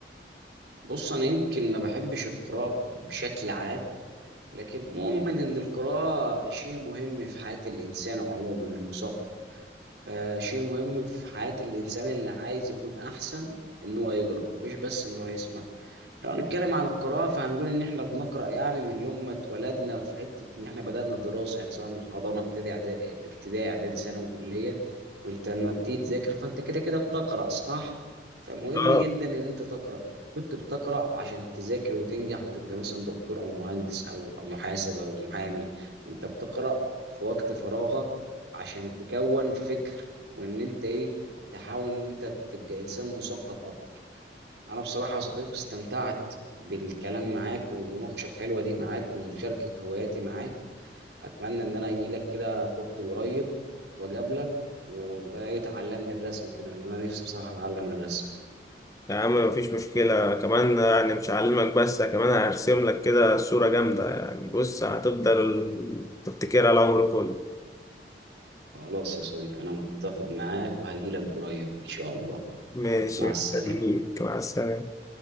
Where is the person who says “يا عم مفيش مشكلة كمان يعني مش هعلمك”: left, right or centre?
Left